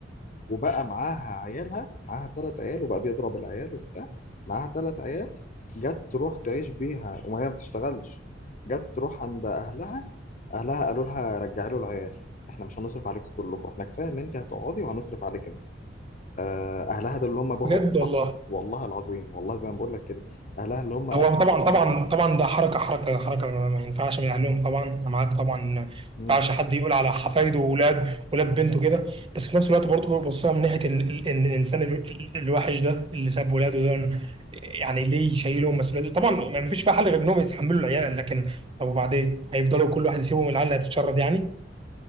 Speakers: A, on the left; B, on the right.
A: وبقى معاها عيالها معاها ثلاث عيال وبقى بيضرب العيال وبتاع معاها ثلاث عيال جت تروح تعيش بيها وما هي ما بتشتغلش جت تروح عند اهلها اهلها قالوا لها رجعي له العيال احنا مش هنصرف عليكم كلكم احنا كفايه ان انت هتقعدي وهنصرف عليك انت آه، اهلها ده اللي هم ابوها
B: بجد
A: وأمها.
B: والله
A: والله العظيم والله زي ما بقول لك كده اهلها اللي هم
B: هو طبعا طبعا
A: أبوها.
B: طبعا ده حركه حركه حركه ما ما ينفعش من اهلهم طبعا انا معاك طبعا ما ينفعش
A: مم.
B: حد يقول على حفايده واولاد ولاد بنته كده بس في نفس الوقت برضه ببصها من ناحيه ال- ال- ان الانسان ال- الوحش ده اللي ساب ولاده ده يعني ليه شايلهم مسؤوليه طبعا ما فيش فيها حل غير انهم يتحملوا العيال لكن طب وبعدين هيفضلوا كل واحد يسيبهم العيال اللي هتتشرد يعني